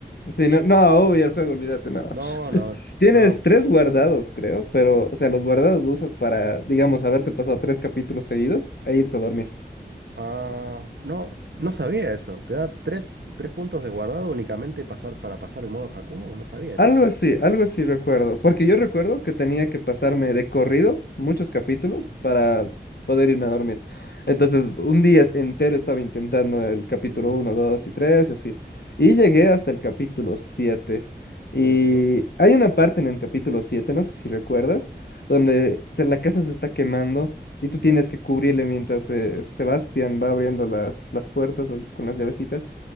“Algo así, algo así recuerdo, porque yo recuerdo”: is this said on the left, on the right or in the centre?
Left